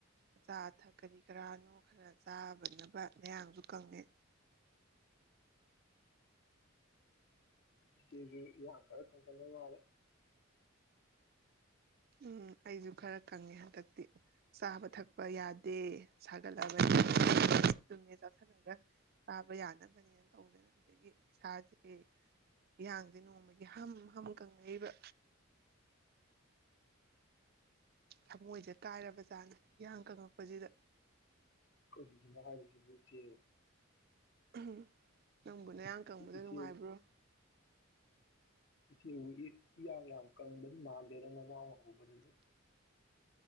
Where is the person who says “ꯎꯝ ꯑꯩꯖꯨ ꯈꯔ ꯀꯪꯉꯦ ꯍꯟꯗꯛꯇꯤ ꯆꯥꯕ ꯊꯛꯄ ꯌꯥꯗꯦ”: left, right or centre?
Right